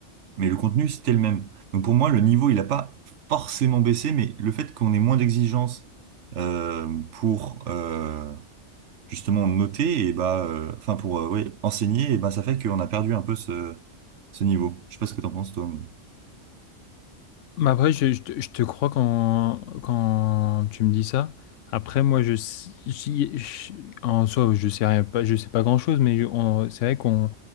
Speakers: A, on the right (about 70°); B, on the left (about 80°).
A: mais le contenu, c'était le même. Donc pour moi, le niveau, il n'a pas forcément baissé, mais le fait qu'on ait moins d'exigences euh, pour euh, justement noter, et bah, euh, enfin pour euh, ouais, enseigner, et bah, ça fait qu'on a perdu un peu ce, ce niveau. Je sais pas ce que t'en penses, toi. mais-
B: Mais après, je, je te je te crois quand, quand tu me dis ça. Après, moi, je, s- j'y- je- en soi, je sais rien, pas, je sais pas grand-chose, mais je- on- c'est vrai qu'on